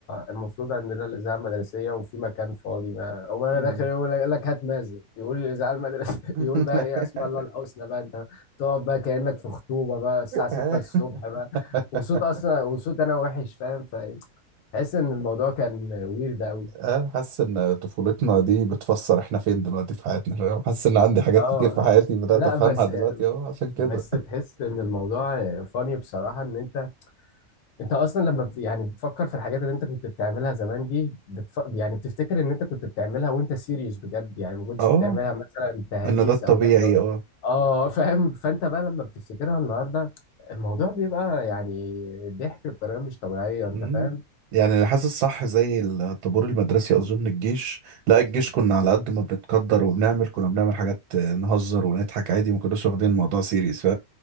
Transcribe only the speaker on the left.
المفروض عندنا الاذاعه المدرسيه وفي مكان فاضي بقى اقوم انا
داخل يقول لك يقول لك هات مازن يقول الاذاعه المدرسيه <laughs>
يقول بقى ايه اسماء الله الحسنى بقى انت تقعد بقى كانك في خطوبه بقى الساعه 6
الصبح
بقى وصوت اصلا وصوت انا وحش فاهم فتحس ان الموضوع كان ويرد قوي
اه
لا
بس
بس تحس ان الموضوع فاني بصراحه ان انت انت اصلا لما بت- يعني بتفكر في الحاجات اللي انت كنت بتعملها زمان دي بتف... يعني بتفتكر ان انت كنت بتعملها وانت سيريس بجد يعني ما كنتش
بتعملها مثلا تهليس
او ضحك او
اه فاهم فانت بقى لما بتفتكرها النهارده الموضوع بيبقى يعني ضحك بطريقه مش طبيعيه
انت فاهم